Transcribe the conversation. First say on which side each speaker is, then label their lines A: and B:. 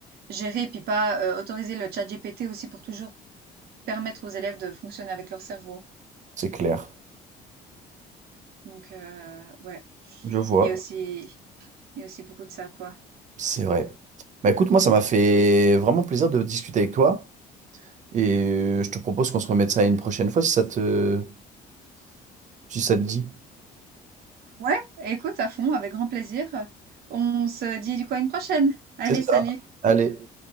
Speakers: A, on the right (about 65°); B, on the right (about 45°).
A: gérer, puis pas, heu, autoriser le chat ChatGPT aussi pour toujours permettre aux élèves de fonctionner avec leur cerveau.
B: C'est clair.
A: Donc heu, ouais,
B: Je vois.
A: il y a aussi il y a aussi beaucoup de ça, quoi.
B: C'est vrai. Bah écoute, moi, ça m'a fait vraiment plaisir de discuter avec toi. Et euh, je te propose qu'on se remette ça une prochaine fois si ça te, si ça te dit.
A: Ouais, écoute à fond, avec grand plaisir. On se dit du coup à une prochaine. Allez,
B: C'est ça.
A: salut.
B: Allez.